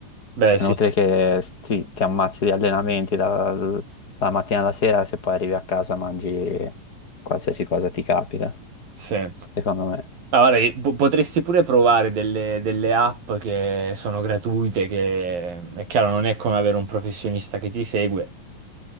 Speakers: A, on the right; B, on the left.
A: Beh,
B: è
A: sì.
B: inutile che ti, ti ammazzi di allenamenti dal- dalla mattina alla sera se poi arrivi a casa mangi qualsiasi cosa ti capita,
A: Sì. Ma
B: secondo me.
A: guarda, che po- potresti pure provare delle, delle app che sono gratuite, che è chiaro non è come avere un professionista che ti segue,